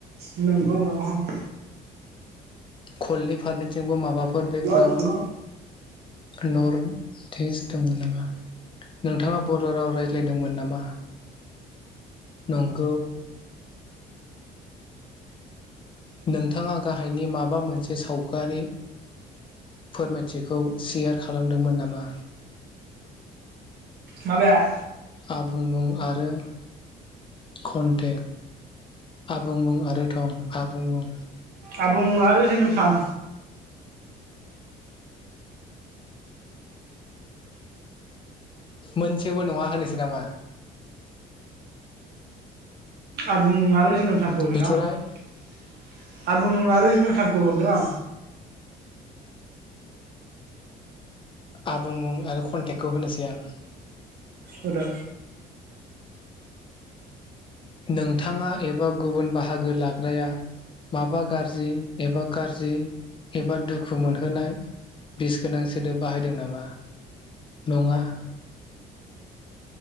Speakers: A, on the right; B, on the left.
A: नंगौ नहाव
B: कलनि फारनिथिंबो माबाफोर बेकग्राउन
A: बिखौनो
B: नरथ्रेस दंङमोन नामा? नोंथांङा बर' राव रायज्लायदोंमोन नामा नंगौ। नोंथांङा गाहायनि माबा मोनसे सावगारि फोरमायथिखौ सेयार खालामदोंमोन नामा?
A: माबाया
B: आबुं मुं आरो कन्टेग आबुं मुं आरो थं आबुं मुं
A: आबुं मुं आरो जोनोम सान
B: मोनसेबो नंङा होनोसै नामा?
A: आबुं मुं आरो जोनोम <unintelligible>
B: बिथ'राय
A: आबु मुं आरो जोनोम सान खौ हरदों आं
B: आबुं मुं आरो कन्टेक्टखौ होनोसै आं
A: होदो
B: नोंथांङा एबा गुबुन बाहागो लाग्राया माबा गाज्रि एबा गाज्रि एबा दुखु मोनहोनाय बिस गोनां सोदोब बाहायदों नामा नंङा?